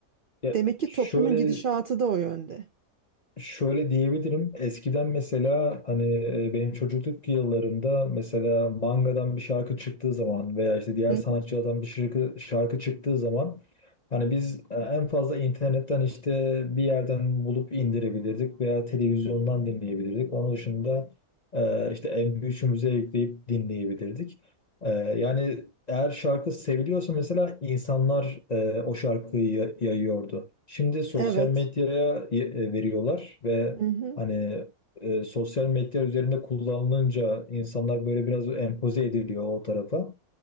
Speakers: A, on the left (about 40°); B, on the right (about 70°).
A: ya
B: Demek ki
A: şöyle
B: toplumun gidişatı da o yönde.
A: Şöyle diyebilirim. Eskiden mesela hani e, benim çocukluk yıllarında mesela mangadan bir şarkı çıktığı zaman veya işte diğer
B: Hı,
A: sanatçılardan bir şarkı, şarkı çıktığı zaman hani biz e, en fazla internetten işte bir yerden bulup indirebilirdik veya televizyondan dinleyebilirdik. Onun dışında e, işte MP3'ümüze yükleyip dinleyebilirdik. E, Yani eğer şarkı seviliyorsa mesela insanlar e, o şarkıyı ya- yayıyordu. Şimdi sosyal
B: Evet.
A: medyaya y- e, veriyorlar ve
B: Hı hı.
A: hani e, sosyal medya üzerinde kullanılınca insanlar böyle biraz empoze ediliyor o tarafa.